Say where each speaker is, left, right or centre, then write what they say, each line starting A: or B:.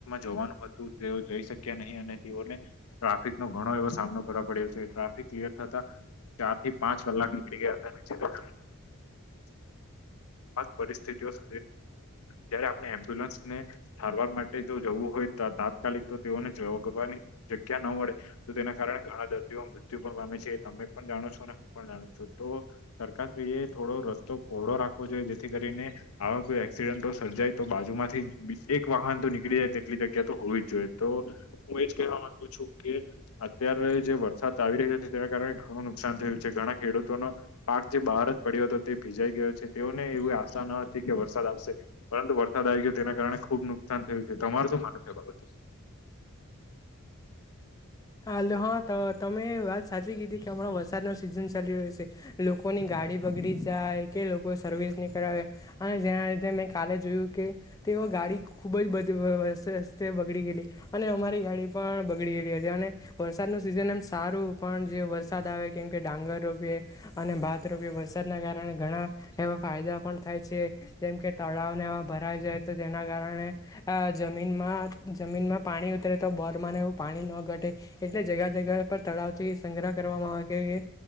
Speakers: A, on the left (about 80°); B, on the left (about 15°).
A: જવાનું હતું તેઓ જઈ શક્યા નહીં અને તેઓને ટ્રાફિક નો. ઘણો એવો સામનો કરવા પડ્યો છે. ટ્રાફિક ક્લિયર થતા. ચાર થી પાંચ કલાક નીકળી ગયા હતા <unintelligible> આ પરિસ્થિતિ સ જયારે આપણે એમ્બ્યુલન્સને સારવાર માટે જો જવું હોય તાત્કાલિક તો તેઓને જગવાની જગ્યા ન મળે તો તેના કારણે ઘણા દર્દીઓ મૃત્યુ પણ પામ તમે પણ જાણો છો અને હું પણ જાણું છું તો તરકા ત થોડો ર પહોળો રાખવો જોઈએ જેથી કરીને આવા કોઈ એક્સિડન્ટો સર્જાય તો બાજુમાંથી એક વાહન નીકળી જાય તેટલી જગ્યા તો હોવી જ જોઈએ તો હું એજ કવા માંગુ છું. કે અત્યારે જે વરસાદ આવી રહ્યો છે. તેના કારણે ઘણું નુકસાન થયું છે. ઘણા ખેડૂતોનો પાક જે બહાર જ પડ્યો હતો. તે ભીજાઈ ગયો છે તેઓને એવી આશા ન. હતી કે વરસાદ આવશે પરંતુ વરસાદ આવી ગયો તેના કારણે ખુબ નુ કસાન થયું છે તમારું શું માનું છે બાબત
B: હાલો હા તો તમે વાત સાચી કીધી કે હમણાં વરસાદ ના સિઝન ચાલી રહ્યો છે લોકોની ગા ગાડી બગડી જાય કે લોકો સર્વિસ ની કરે અને જેના લીધે મેં કાલે જોયું કે તો ગાડી ખૂબ જ બધે રતે રસ્તે બગડી ગયેલી અને અમારી ગાડી પણ બગડી ગયેલી હતી અને વરસાદનો સિઝન એમ સારું પણ જે વરસાદ આવે કેમ કે ડાંગર રોપીએ અને ભાત રોપીએ વરસાદના કારણે ઘણા એવા ફાયદા પણ થાય છે જેમ કે તળાવને એવા ભરાય જાય તો તેના ના કારણે જમીનમાં જમીનમાં પાણી ઉતરે તો બોર માને એવું પાણી ન ઘટે. એટલે જગ જગા પર તળાવ થી સંગ્રહ કરવામાં આવે